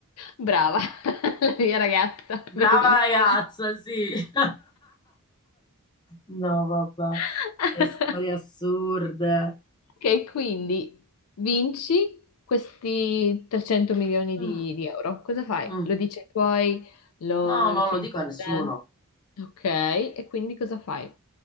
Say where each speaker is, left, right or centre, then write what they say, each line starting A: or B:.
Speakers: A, on the left (about 70°); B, on the left (about 20°).
A: Brava, <laughs> la mia ragazza,
B: Brava
A: bravissima.
B: ragazza, sì. <laughs> No, vabbè,
A: <laughs>
B: che storie assurde.
A: Ok, quindi vinci questi 300 milioni
B: Mm,
A: di, di euro. Cosa fai?
B: mm.
A: Lo dici ai tuoi? Lo,
B: No, non
A: lo tieni
B: lo dico
A: per
B: a nessuno.
A: te? Ok, e quindi cosa fai?